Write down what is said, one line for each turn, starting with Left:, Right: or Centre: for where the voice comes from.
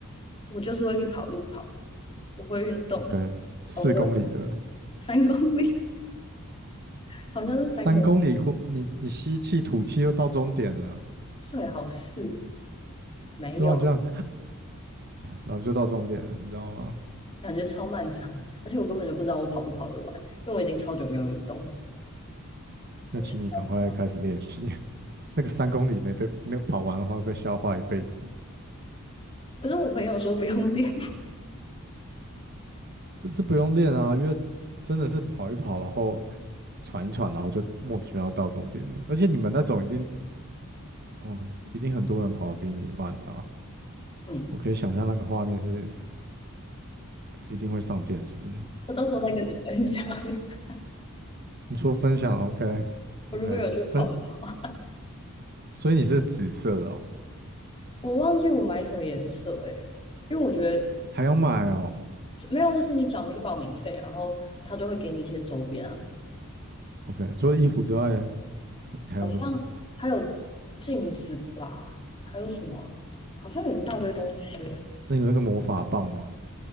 Left: 我就是会去跑路跑，我会运动，
Right: ，OK，四公里的，
Left: 偶尔三公里，<laughs> 好像是三公里，
Right: 三公里后你你吸气吐气就到终点了，
Left: 最好是没有，
Right: 对啊，你这样然后就到终点了，你知道吗？
Left: 感觉超漫长，而且我根本就不知道我跑不跑得完，因为我已经超久没有运动，我想象不到。
Right: 那请你赶快开始练习。那个三公里没被没有跑完的话，会被笑话一辈子。
Left: 可是我朋友说不用练，
Right: 不是不用练啊，因为真的是跑一跑，然后喘一喘，然后就莫名其妙到终点了。而且你们那种一定哦，一定很多人跑得比你慢啊。
Left: <laughs> 嗯，
Right: 我可以想象那个画面是一定会上电视。
Left: 我到时候再跟你分享。<laughs>
Right: 你说分享，OK
Left: 我如果有去跑的话，
Right: OK 分，所以你是紫色的哦，
Left: 我忘记我买什么颜色诶、欸因为我觉得
Right: 还要买哦
Left: 没有，就是你缴那个报名费，然后他就会给你一些周边啊，
Right: ，OK。除了衣服之外，还有什么？
Left: 好像还有镜子吧，还有什么啊好像有一大堆东西，
Right: 那你那个魔法棒吗？